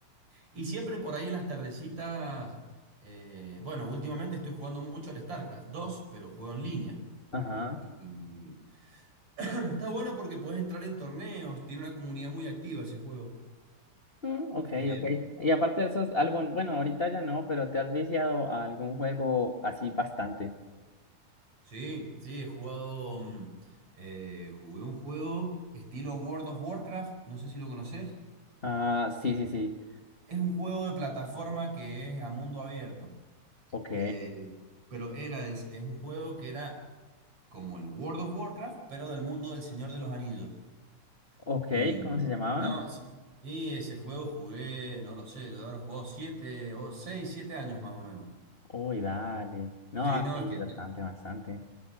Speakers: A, on the right; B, on the left.
A: Y siempre por ahí en las tardecitas, eh, bueno, últimamente estoy jugando mucho al StarCraft dos, pero juego en línea.
B: Ajá.
A: Y <clears throat> está bueno porque puedes entrar en torneos, tiene una comunidad muy activa ese juego.
B: Mm, ok,
A: Eh,
B: ok. Y aparte de eso, es algo, bueno, ahorita ya no, pero ¿te has viciado a algún juego así bastante?
A: sí, sí, he jugado, mm, eh, jugué un juego estilo World of Warcraft, no sé si lo conoces.
B: Ah, sí, sí, sí.
A: Es un juego de plataforma que es a mundo abierto.
B: Ok,
A: Eh, pero era, es, es un juego que era como el World of Warcraft, pero del mundo del Señor de los Anillos.
B: ok,
A: Y
B: ¿cómo se llamaba?
A: no, sí. Y ese juego jugué, no lo sé, lo he de haber jugado siete o seis, siete años más o menos.
B: Uy, dale. No,
A: Sí, no,
B: sí,
A: es que,
B: bastante, bastante.